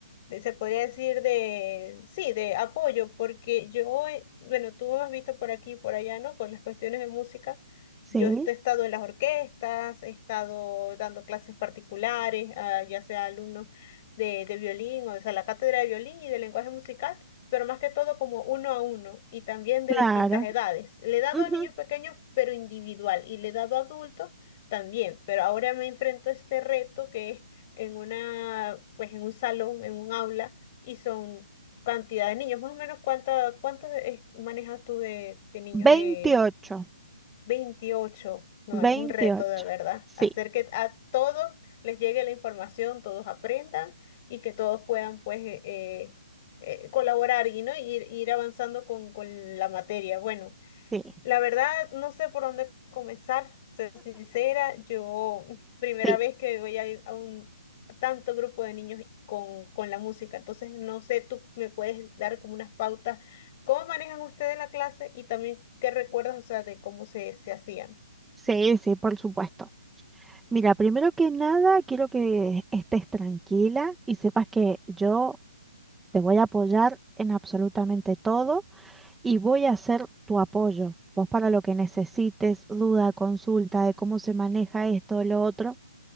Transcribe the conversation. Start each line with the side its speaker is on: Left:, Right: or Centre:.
Left: de- se podría decir de, sí, de apoyo, porque yo, eh, bueno, tú me has visto por aquí y por allá, ¿no? Con las cuestiones de música.
Centre: sí,
Left: Yo est- he estado en las orquestas, he estado dando clases particulares, a, ya sea alumnos de, de violín o sea, la cátedra de violín y de lenguaje musical pero más que todo como uno a uno y también de
Centre: claro.
Left: distintas edades. Le he dado
Centre: Ujú.
Left: a niños pequeños, pero individual, y le he dado a adultos también, pero ahora me enfrento a este reto que es en una, pues en un salón, en un aula, y son cantidad de niños, más o menos cuánta, cuántos eh, manejas tú de, de niños
Centre: 28,
Left: eh, veintiocho No,
Centre: 28.
Left: es un reto de verdad.
Centre: Sí,
Left: Hacer que a todos les llegue la información, todos aprendan y que todos puedan pues eh, eh, eh, colaborar y ¿no? ir, ir avanzando con, con la materia. Bueno,
Centre: sí,
Left: la verdad, no sé por dónde comenzar. Soy sincera, yo primera
Centre: sí,
Left: vez que voy a ir a un tanto grupo de niños con, con la música, entonces no sé, tú me puedes dar como unas pautas, cómo manejan ustedes la clase y también qué recuerdas, o sea, de cómo se, se hacían.
Centre: sí, sí, por supuesto. Mira, primero que nada, quiero que estés tranquila y sepas que yo te voy a apoyar en absolutamente todo y voy a ser tu apoyo. Vos para lo que necesites, duda, consulta de cómo se maneja esto, lo otro,